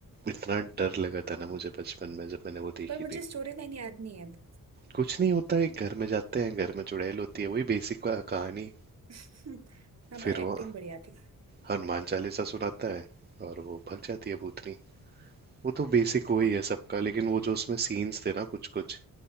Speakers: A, on the right; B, on the right.
A: इतना डर लगा था ना मुझे बचपन में जब मैंने वो देखी
B: पर मुझे
A: थी
B: स्टोरी लाइन याद नहीं है अब।
A: कुछ नहीं होता है घर में जाते हैं घर में चुड़ैल होती है वही बेसिक कहानी
B: <laughs> हाँ
A: फिर
B: पर एक्टिंग
A: वो
B: बढ़िया थी
A: हनुमान चालीसा सुनाता है और वो भग जाती है भूतनी वो तो बेसिक
B: ओके
A: वही है सबका लेकिन वो जो उसमें सीन्स थे ना कुछ कुछ